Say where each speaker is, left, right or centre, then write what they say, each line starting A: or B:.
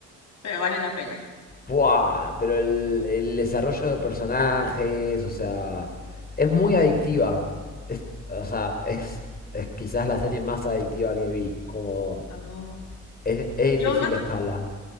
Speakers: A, on the left; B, on the left.
A: pero valen la pena.
B: ¡Buah! Pero el, el desarrollo de personajes, o sea, es muy adictiva. Es- o sea, es, es quizás la serie más adictiva que vi. Como
A: Oh.
B: es, es difícil
A: Yo me,
B: dejarla.